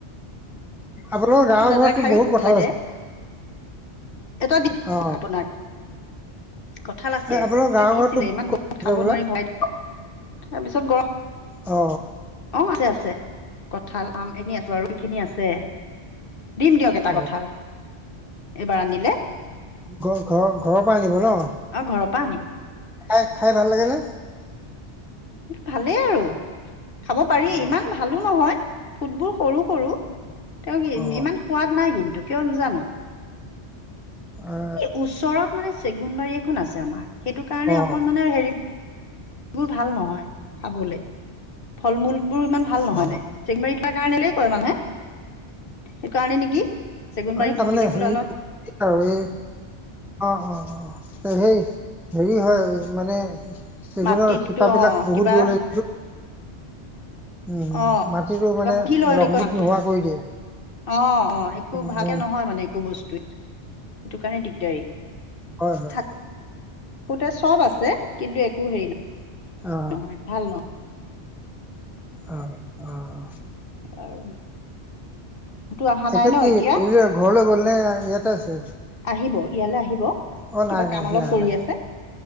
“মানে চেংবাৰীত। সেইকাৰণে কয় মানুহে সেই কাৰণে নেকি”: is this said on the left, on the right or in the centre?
Left